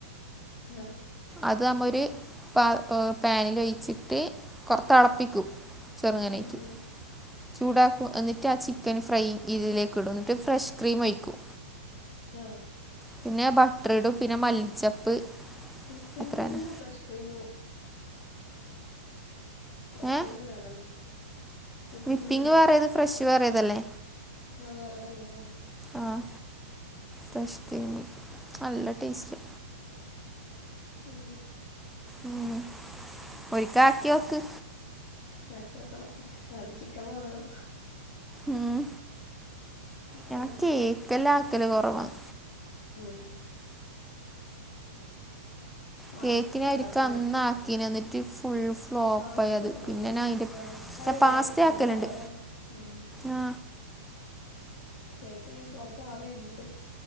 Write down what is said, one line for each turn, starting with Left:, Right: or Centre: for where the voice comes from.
Left: രോ
Centre: അത് അമ്മ ഒര് പാ പേനിലൊഴിച്ചിട്ട് കൊർത്തെൾപ്പിക്കും. <unintelligible>
Left: ഉം ഉം
Centre: ചൂടാക്കു എന്നിട്ട് ആ ചിക്കന് ഫ്രൈ ഇതിലേക്ക്‌ടും ന്നിട്ട് ഫ്രഷ് ക്രീം ഒഴിക്കും
Left: ആഹ്.
Centre: പിന്നെ ബട്ട്റിടും പിന്നെ മല്ലിച്ചപ്പ്
Left: വിപ്പിംഗ്ക്രീമും
Centre: അത്ര തന്നെ
Left: ഫ്രഷ് ക്രീമോ ഫ്രഷ്
Centre: ഏ
Left: ക്രീം തന്നെ ആകണം വിപ്പിം
Centre: വിപ്പിങ്
Left: ക്രീമോ?
Centre: വേറേത് ഫ്രഷ് വേറെതല്ലേ
Left: ആ വേറെതല്ലേ ആ.
Centre: ആഹ് ഫ്രഷ് തീമി നല്ല ടേസ്റ്റ്.
Left: അങ്ങനെ
Centre: ഉം ഒരിക്കാക്ക്യോക്ക്‌
Left: ചാക്കി വെക്കണം അത് ചിക്കൻ വാങ്ങണം
Centre: ഉം
Left: എന്നാലേ
Centre: ഞാൻ
Left: നടക്കുള്ളൂ
Centre: കേക്കല്ലാക്കല് കൊറവാണ്
Left: ഉം പാസ്ത
Centre: കേക്കിനെ
Left: ഉണ്ടാക്കും
Centre: ഒരിക്കെ അന്നാക്കിന്
Left: എടക്ക്
Centre: ന്നിട്ട് ഫുൾ ഫു ഫ്ലോപ്പായത്
Left: പാസ്ത ഉണ്ടാക്കിന്
Centre: പിന്നെന്നാ അയ്ന്റെ
Left: ആഹ് അത്
Centre: പാസ്ത്യാക്കല്ണ്ട്
Left: വേഗം ഫ്ലോപ്പ് ആവും അതാണ് ഉം
Centre: ആ.
Left: കേക്കറീ ഫ്ലോപ്പാവയ്ണ്ട്